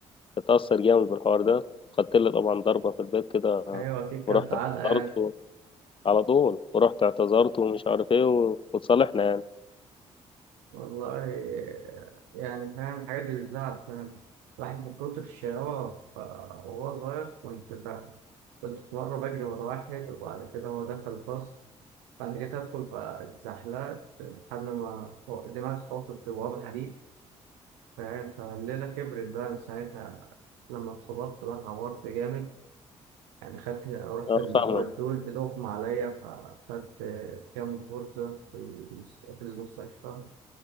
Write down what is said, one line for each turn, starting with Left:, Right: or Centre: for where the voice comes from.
Left: فاتأثر جامد بالحوار ده خدت لي طبعا ضربة في البيت كده
Right: ايوه اكيد
Left: ورحت
Right: كلت علقه
Left: اعتذرت و- على طول ورحت اعتذرت ومش عارف ايه و... وتصالحنا يعني
Right: والله يعني فاهم الحاجات دي بتزعل فاهم الواحد من كتر الشقاوة ف- وهو صغير كنت ب- كنت في مرة بجري ورا واحد وبعد كده هو دخل الفصل بعد كده أدخل فاتزحلقت لحد ما خو- دماغي اتخبطت في بوابة حديد فاهم فالليلة كبرت بقى من ساعتها لما اتخبطت بقى اتعورت جامد يعني خدت رحت
Left: انا
Right: الأوقات
Left: فاهمك
Right: دول إضغطوا عليا فخدت كام كورسة في الس- في المستشفى